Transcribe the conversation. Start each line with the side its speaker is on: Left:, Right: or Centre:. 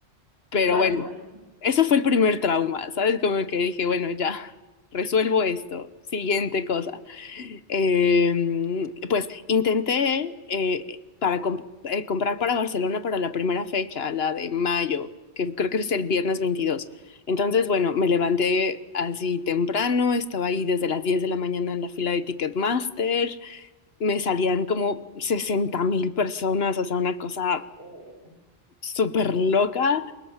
Left: pero
Right: su salsa.
Left: bueno, eso fue el primer trauma, ¿sabes? Como que dije, bueno, ya, resuelvo esto. Siguiente cosa. Eh, pues intenté eh, para comp- eh, comprar para Barcelona para la primera fecha, la de mayo, que creo que es el viernes veintidós Entonces, bueno, me levanté así temprano, estaba ahí desde las 10 de la mañana en la fila de Ticketmaster, me salían como sesenta mil personas, o sea, una cosa
Right: Eh,
Left: súper loca.